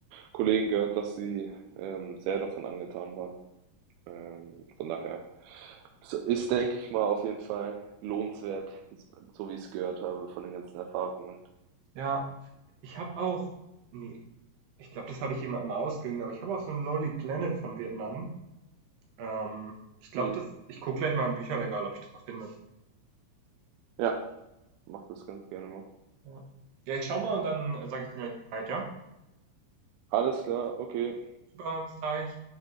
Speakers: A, on the right; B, on the right.
A: Kollegen gehört, dass sie ähm, sehr davon angetan waren. Ähm, von daher s- ist, denke ich mal, auf jeden Fall lohnenswert, so wie ich es gehört habe von den ganzen Erfahrungen.
B: ja. Ich habe auch nee ich glaube, das habe ich jemandem ausgeliehen, aber ich habe auch so ein Lonely Planet von Vietnam. Ähm, ich glaube,
A: Mhm.
B: das ich gucke gleich mal im Bücherregal, ob ich das noch finde.
A: Ja, mach das ganz gerne mal.
B: Ja. Ja, ich schau mal und dann äh, sage ich dir gleich Bescheid, ja?
A: Alles klar, okay.
B: Super, bis gleich.